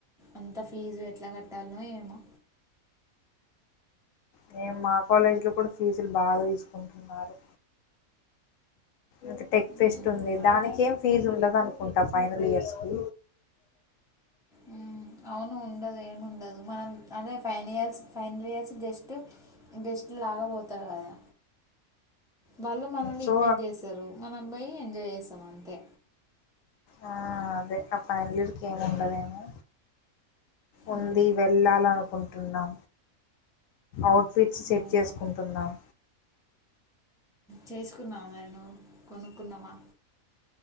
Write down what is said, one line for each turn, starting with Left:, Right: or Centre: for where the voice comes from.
Centre: అంత ఫీజు ఎట్లా కట్టాలన ఏమో
Left: నేను మా కాలేజీలో కూడా ఫీజులు బాగా తీసుకుంటున్నారు అ టెక్ ఫెస్ట్
Centre: మ్మ్,
Left: ఉంది
Centre: అంత
Left: దానికి ఏం ఫీజ్ ఉండదు అనుకుంటా ఫైనల్ ఇయర్స్ కు
Centre: ఆ అవును ఉండదు ఏమి ఉండదు మనం అదే ఫైైన years final years just just లాగపోతారు కదా వాళ్ళు మనల్ని
Left: సో
Centre: ఇన్వైట్ చేశారు మనం పోయి ఎంజాయ్ చేసాం అంతే
Left: ఆ అదే అప్పు అలోరు కేను ఉండదేను ఉంది
Centre: మ్మ్,
Left: వెళ్ళాలను ఔటఫిట్ సెట్
Centre: అవునా
Left: చేసుకుంటున్నాం
Centre: చేసుకున్నా కొనుక్కున్నావా